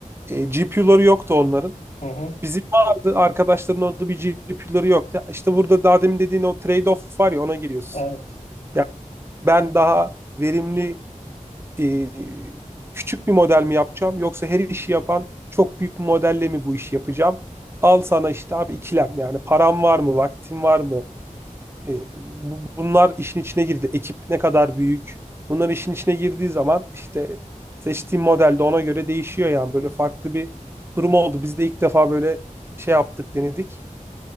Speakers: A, on the right; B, on the left.
A: E, GPU'ları yoktu onların.
B: hı hı.
A: Bizim vardı, arkadaşların orada bir GPU'ları yoktu. İşte burada daha demin dediğin o trade-off var ya ona giriyorsun.
B: Evet.
A: Yani ben daha verimli e, küçük bir model mi yapacağım yoksa her işi yapan çok büyük bir modelle mi bu işi yapacağım? Al sana işte abi ikilem yani param var mı, vaktim var mı? E, bu- bunlar işin içine girdi. Ekip ne kadar büyük? Bunlar işin içine girdiği zaman işte seçtiğim model de ona göre değişiyor yani böyle farklı bir durum oldu. Biz de ilk defa böyle şey yaptık denedik.